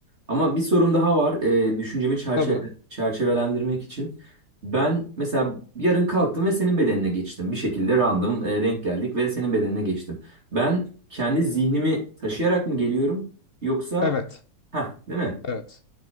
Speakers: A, on the right; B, on the left.
A: Ama bir sorum daha var. Ee, düşüncemi çerçeve
B: Tabii.
A: çerçevelendirmek için. Ben mesela yarın kalktım ve senin bedenine geçtim. Bir şekilde random e, denk geldik ve senin bedenine geçtim. Ben kendi zihnimi taşıyarak mı geliyorum yoksa
B: Evet.
A: ha değil mi?
B: Evet.